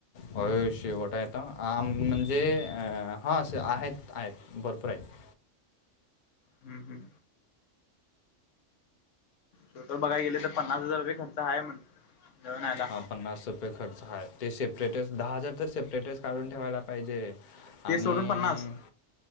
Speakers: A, on the left; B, on the left.
A: होय शेवट आहे आता आ म्हणजे हा असं आहेत आहेत भरपूर आहेत.
B: हम्म हम्म. टोटल बघय गेले तर पन्नास हजार रुपये खर्च आहे म्हण. जाऊन यायला
A: हा पन्नास ररुपये खर्च आहे ते सेपरेटच दहा हजार तर सेपरेटच काढून ठेवायला पाहिजे.
B: ते
A: आणि
B: सोडून पन्नास